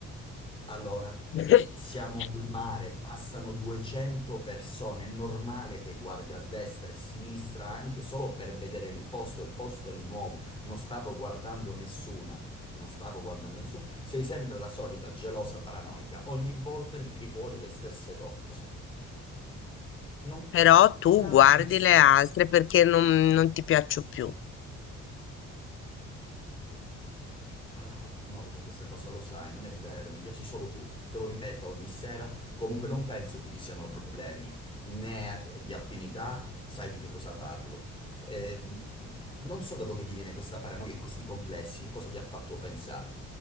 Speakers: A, on the left; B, on the left.
A: Allora,
B: <laughs>
A: siamo al mare, passano 200 persone, è normale che guardi a destra e a sinistra anche solo per vedere il posto, il posto è il nuovo, non stavo guardando nessuna, non stavo guardando nessuno, sei sempre la solita gelosa paranoica, ogni volta mi tiri fuori le stesse cose. Non
B: Però tu
A: guardavo
B: guardi
A: nessuno.
B: le altre perché non, non ti piaccio più.
A: Ah, di nuovo con questa cosa, lo sai, non è vero, mi piaci solo tu, te lo ripeto ogni sera, comunque non penso che ci siano problemi né di affinità, sai di che cosa parlo. Ehm, non so da dove ti viene questa paranoia e questi complessi, che cosa ti ha fatto pensare.